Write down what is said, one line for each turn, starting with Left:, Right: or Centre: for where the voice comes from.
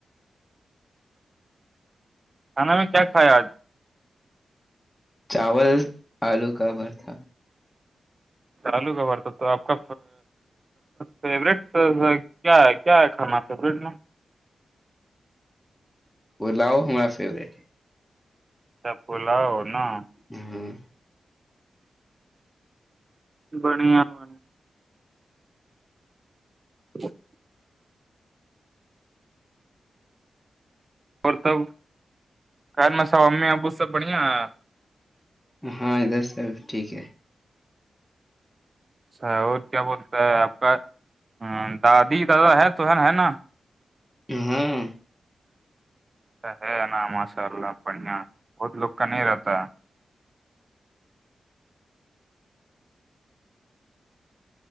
Right: سا میں کیا خیال
Centre: چاول آلو کا بھر تھا
Right: چالو کا بارت تو آپ کا فیوریٹ کیا ہے کیا ہے کھانا سیبریٹ میں
Centre: الاؤ ہما فیوریٹ ہے
Right: چپ پولاؤ نا
Centre: ہاں ہاں
Right: بنییا ب ج <inaudible> اور تب خ مسا امی ابو سب بڑھیا ہے
Centre: ہاں ادھر سے ٹھیک ہے
Right: اچھا اور کیا بولتا ہے آپ کا دادی دادا ہے تو ہے ہے نا
Centre: ہاں
Right: ہے نا ماشاء اللہ بڑیا بہت لک کا نہیں رہتا